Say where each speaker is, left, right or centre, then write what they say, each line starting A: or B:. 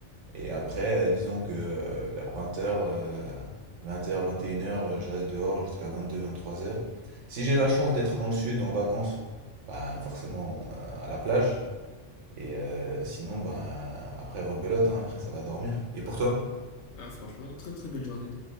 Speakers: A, on the right; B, on the left.
A: Et après, euh, disons que euh, vers 20 heures, 20h, 21 heures, je reste dehors jusqu'à 22, 23 heures. Si j'ai la chance d'être dans le sud en vacances, bah forcément euh, à la plage. Et euh, sinon, ben après rebelote, hein, après ça va dormir. Et pour toi?
B: Ah, franchement, très très belle journée.